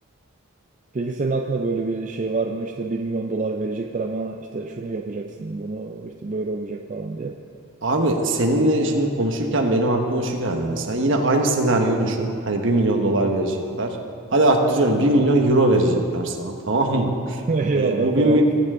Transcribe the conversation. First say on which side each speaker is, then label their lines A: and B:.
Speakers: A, on the right; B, on the right.
A: Peki senin aklında böyle bir şey var mı? İşte bir milyon dolar verecekler ama işte şunu yapacaksın, bunu işte böyle olacak falan diye.
B: Abi seninle şimdi konuşurken benim aklıma şu geldi mesela. Yine aynı senaryoyu düşün. Hani bir milyon dolar verecekler. Hadi arttırıyorum bir milyon euro verecekler sana <laughs> tamam mı?
A: <laughs> Eyvallah
B: Ee, bu
A: tamam.
B: bir, mi-